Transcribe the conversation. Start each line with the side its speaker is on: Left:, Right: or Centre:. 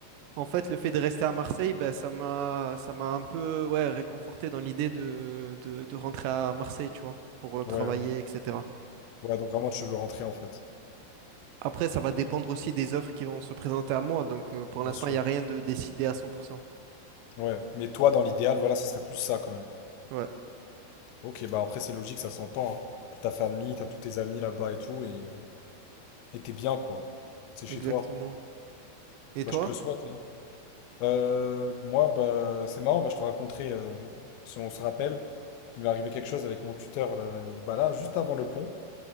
Right: en fait, le fait de rester à Marseille, ben, ça m'a, ça m'a un peu, ouais, réconforté dans l'idée de, de, de rentrer à Marseille, tu vois, pour euh, travailler,
Left: Ouais.
Right: etc.
Left: Ouais, donc vraiment tu veux rentrer en fait.
Right: Après, ça va dépendre aussi des offres qui vont se présenter à moi. Donc, euh, pour l'instant,
Left: Bien sûr.
Right: il n'y a rien de décidé à 100%.
Left: Ouais, mais toi dans l'idéal, voilà, ça serait plus ça quand même.
Right: Ouais,
Left: Ok, bah après c'est logique, ça s'entend. hein. T'as ta famille, t'as tous tes amis là-bas et tout, et euh, et t'es bien quoi. C'est chez
Right: exactement.
Left: toi.
Right: Et
Left: Bah
Right: toi?
Left: je te le souhaite. hein. Euh, moi, bah c'est marrant, bah je te raconterai, euh, si on se rappelle, il m'est arrivé quelque chose avec mon tuteur là, là, là- bah, là, juste avant le pont.